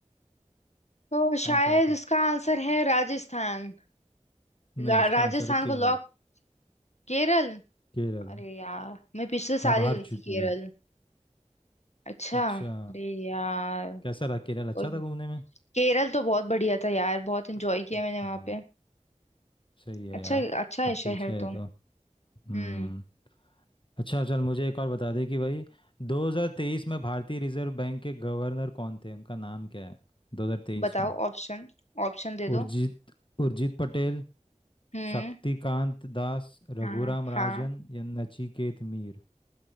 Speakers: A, on the left; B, on the left.
A: तो शायद
B: कौन सा बता
A: इसका आंसर है राजस्थान
B: नहीं
A: ला-
B: इसका
A: राजस्थान
B: आंसर है केरल
A: को लॉक केरल
B: केरल
A: अरे यार मैं पिछले साल
B: अब हार
A: ही गई
B: चुकी
A: थी केरल
B: है
A: अच्छा
B: अच्छा
A: अरे यार
B: कैसा रहा केरल अच्छा
A: कोई
B: था घूमने में
A: केरल तो बहुत बढ़िया था यार बहुत एंजॉय किया
B: अच्छा
A: मैंने वहां पे
B: सही है
A: अच्छा
B: यार
A: अच्छा है
B: काफी
A: शहर
B: अच्छा है
A: तो
B: ये तो हम्म
A: हम्म
B: अच्छा चल मुझे एक और बता दे कि भाई 2023 में भारतीय रिजर्व बैंक के गवर्नर कौन थे उनका नाम क्या है 2023
A: बताओ
B: में
A: ऑप्शन ऑप्शन दे
B: उर्जित
A: दो
B: उर्जित पटेल
A: हम्म
B: शक्तिकांत दास रघुराम
A: हाँ
B: राजन
A: हाँ
B: या नचिकेत मीर